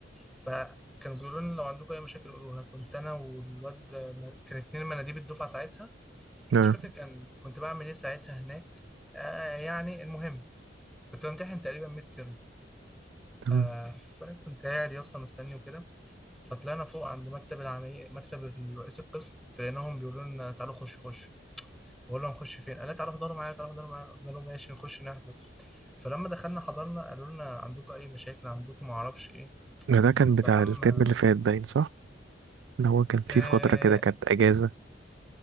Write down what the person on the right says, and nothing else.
اه
تمام
ده ده كان بتاع
الترم اللي فات باين صح ان هو كان في
فترة كده كانت اجازة